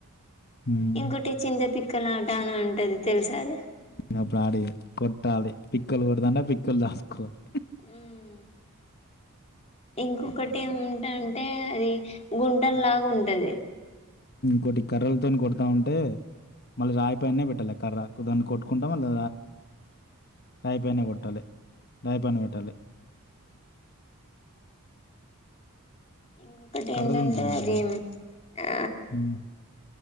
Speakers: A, on the left; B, on the left.
A: ఉమ్
B: ఇంగోటి చిందప చక్కలాట అని ఉంటది తెలుసా అది
A: అప్పుడు ఆడే కొట్టాలి పిక్కులు కొడదంటే పిక్కులు చాసుకోవాలి
B: హ్మ్ ఇంకొకటి ఏం టంటే అది గుంటల లాగా ఉంటది
A: కొటినీ కర్రలతోని కొడతా ఉంటే మళ్ళీ రాయిపైనే పెట్టాలి కర్ర కొ దాన్ని కొట్టుకుంటా మళ్ళీ రాయిపైనే కొట్టాలి రాయి పన పెట్టాలి
B: ఇంకొకటి
A: కర్రలుంటాయండి.
B: ఏంటంటే అది ఆ
A: హ్మ్.